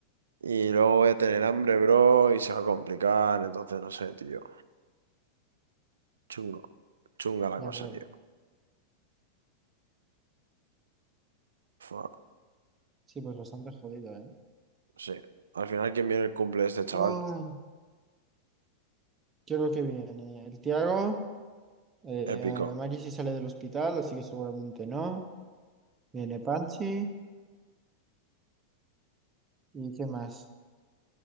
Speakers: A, on the right; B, on the right.
A: Y luego voy a tener hambre, bro, y se va a complicar. Entonces, no sé, tío. Chungo. Chunga la
B: ya,
A: cosa,
B: claro.
A: tío. Fua,
B: Sí, pues bastante jodido, ¿eh?
A: Sí. Al final, ¿quién viene el cumple de este chaval?
B: Uy, creo que viene el Tiago. Eh,
A: Épico.
B: Mari sí sale del hospital, así que seguramente no. Viene Panchi. ¿Y qué más?